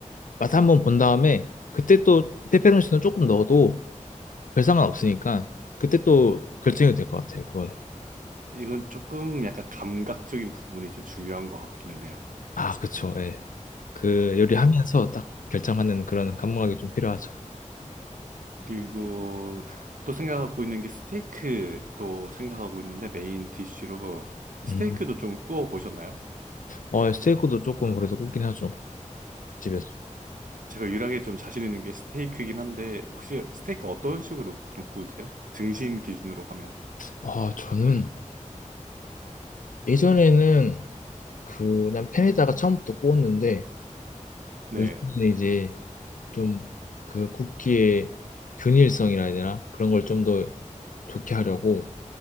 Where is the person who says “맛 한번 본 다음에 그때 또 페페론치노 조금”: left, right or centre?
Left